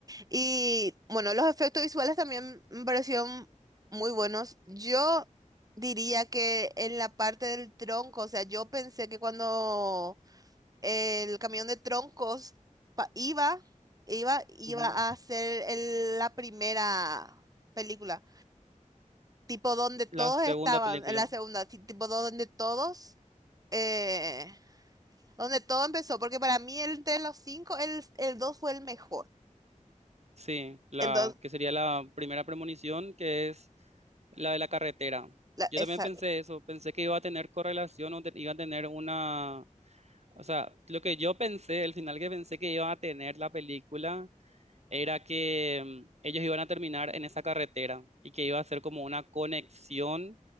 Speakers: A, on the right; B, on the right.
A: Y bueno, los efectos visuales también me parecieron muy buenos. Yo diría que en la parte del tronco, o sea, yo pensé que cuando el camión de troncos pa- iba, iba, iba
B: Ujú.
A: a ser el- la primera película, tipo donde todos
B: La segunda
A: estaban,
B: película,
A: en la segunda, ti- tipo donde todos, eh, donde todo empezó, porque para mí el- entre los cinco, el, el dos fue el mejor.
B: sí, la
A: Entonces,
B: que sería la primera premonición, que es la de la carretera.
A: la-
B: Yo
A: esa,
B: también pensé eso, pensé que iba a tener correlación o te- iba a tener una O sea, lo que yo pensé, el final que pensé que iba a tener la película era que mm, ellos iban a terminar en esa carretera y que iba a ser como una conexión